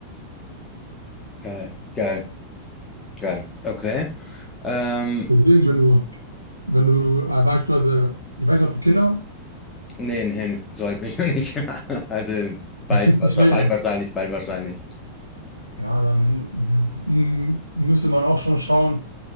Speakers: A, on the left (about 20°); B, on the right (about 85°).
A: geil, geil, geil. Okay. Ähm,
B: Deswegen, wenn du, wenn du äh, beispielsweise, ich weiß nicht, ob du Kinder hast,
A: nee, nee, nee, sollte mich noch nicht. <laughs> Also bald,
B: <laughs>
A: wahrscheinlich-
B: ich meine
A: bald
B: ja nur,
A: wahrscheinlich, bald wahrscheinlich.
B: ja, dann w- m- müsste man auch schon schauen,